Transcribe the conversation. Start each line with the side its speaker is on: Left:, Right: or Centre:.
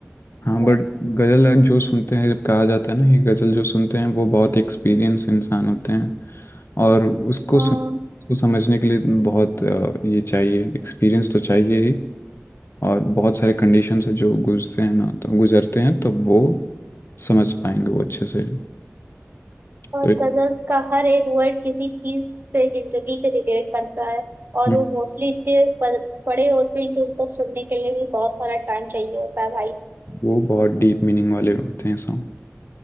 Left: हाँ
Right: पर,
Left: बट गज़ल जो सुनते हैं जब कहा जाता है ना ये गज़ल जो सुनते हैं वो बहुत एक्सपीरियंस इंसान होते हैं और उसको
Right: हाँ
Left: सुन उसको समझने के लिए बहुत अ, ये चाहिए एक्सपीरियंस तो चाहिए ही और बहुत सारे कंडीशन से जो गुजरते हैं ना तो गुजरते हैं तो वो समझ पाएंगे वो अच्छे से
Right: और
Left: तो
Right: गजल्स का हर एक वर्ड किसी चीज से जिंदगी से रिलेट करता है और
Left: हम्म,
Right: वो मोस्टली इतने ब- बड़े होते हैं कि उनको सुनने के लिए भी बहुत सारा टाइम चाहिए होता है भाई
Left: वो बहुत डीप मीनिंग वाले होते हैं सॉन्ग